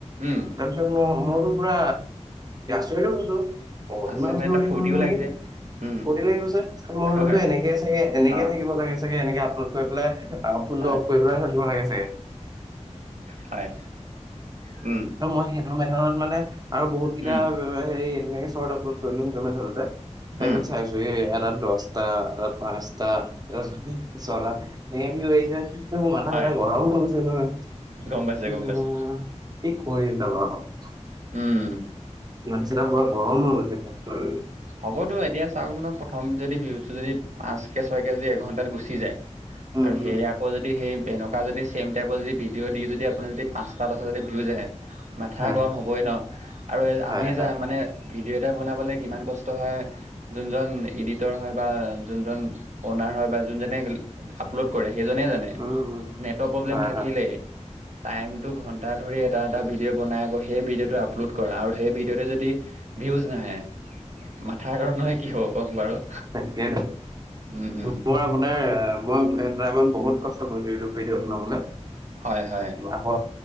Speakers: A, on the right; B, on the right.
A: উম
B: তাৰপিছত মোৰ-মোৰটো পুৰা <unintelligible>
A: আছে মানে এটা ফূৰ্তিও লাগিছে উম
B: ফূৰ্তি লাগি গৈছে, মই ভাবিলোঁ
A: হয়
B: এনেকেই চাগে এনেকে
A: অ
B: থাকিব লাগে চাগে এনেকে আপলোড কৰি পেলাই আ, ফোনটো
A: হয়
B: অফ কৰি পেলাই <unintelligible> লাগে চাগে।
A: হয় উম
B: ত' মই সেইটো মেথতত মানে আৰু বহুত কিটা
A: উম
B: হেৰি এনেকে শ্বৰ্ট আপলোড কৰিলোঁ সেইটো মেথততে। তাৰপিছত
A: উম
B: চাইছোঁ, এটাত দচটা, এটাত পাঁচটা, এটাত ছটা। <unintelligible> আহিছে এ মোৰ মাথা
A: হয়
B: - চাথা গৰম হৈ গৈছে
A: গম পাইছো গম পাইছো
B: <unintelligible> <unintelligible>
A: উম।
B: মাটি চটা পুৰা গৰম হৈ <unintelligible>
A: হ'বতো এতিয়া চাওকচোন প্ৰথম যদি বিহুতটো যদি পাঁচ কে, ছয়কে যদি এঘণ্টাত গুচি যায়।
B: উম
A: আৰু সেই
B: উম
A: আকৌ যদি সেই এনেকুৱা যদি চেম টাইপৰ যদি ভিদিঅ' দি যদি আপোনাৰ যদি পাঁচটা <unintelligible> যদি ভিউজ যাই। মাথা
B: হয়
A: গৰম হ'বই ন' আৰু
B: হয়
A: আমি
B: হয়
A: যাম মানে ভিডিঅ' এটা বনাবলে কিমান কচ হয়, যোনজন এডিটৰ হয়, বা যোনজন ঔনাৰ হয়, বা যোনজনে আপলোড কৰে সেইজনে জানে,
B: উম উম
A: নেটৰ প্ৰব্লেম
B: হয়
A: থাকিলে
B: হয়
A: টাইমটো ঘন্টা ধৰি এটা, এটা ভিডিঅ' বনাই আকৌ সেই ভিডিঅ'টো আপলোড কৰা, আৰু সেই ভিডিঅ'টো যদি ভিউজ নাহে, মাথা গৰম নহৈয় কি হ'ব কওঁক বাৰু?
B: তাকেই, <unintelligible>
A: উম উম
B: মোৰ আপোনাৰ মই এটামান বহুত কচ <unintelligible> ইউটিউব ভিডিঅ' বনাবলে।
A: হয়, হয়।
B: আকৌ